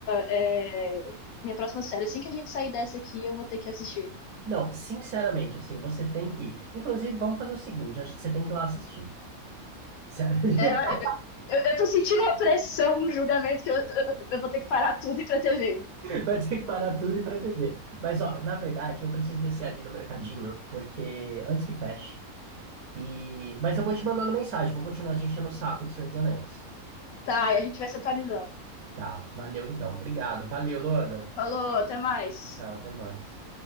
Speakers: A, on the left; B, on the right.
A: é, minha próxima série. Assim que a gente sair dessa aqui, eu vou ter que assistir.
B: Não, sinceramente, assim, você tem que ir. Inclusive, vamos fazer o seguinte, acho que você tem que ir lá assistir. Sério. <laughs>
A: É, eu, eu tô sentindo a pressão no julgamento que eu, eu, eu vou ter que parar tudo e ir pra TV.
B: Vai ter que parar tudo e ir pra TV. Mas, ó, na verdade, eu preciso descer ali no mercadinho, porque antes que feche. E... Mas eu vou te mandando mensagem, vou continuar te enchendo o saco do Senhor dos Anéis.
A: Tá, e a gente vai se atualizando.
B: Tá, valeu então. Obrigado. Valeu, Luana.
A: Falou, até mais.
B: Tchau, até mais.